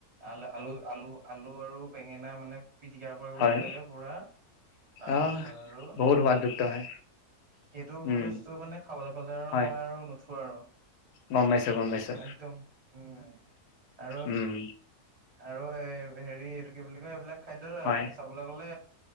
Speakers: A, on the right; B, on the left.
A: আল আলু আলু আলু আৰু বেঙেনা মানে পিটিকা কৰিব
B: হয়
A: লাগে পুৰা তাৰ
B: আহ
A: পিছত আৰু
B: বহুত সোৱাদযুক্ত হয়
A: সেইটো বস্তু
B: উম
A: মানে খাবলৈ পালে আৰু
B: হয়
A: মই আৰু নুঠো আৰু
B: গম পাইছো গম পাইছো
A: একদম উম আৰু
B: উম
A: আৰু এ হেৰি এইটো কি বুলি কয় এইবিলাক খাদ্য
B: হয়
A: চাবলৈ গ'লে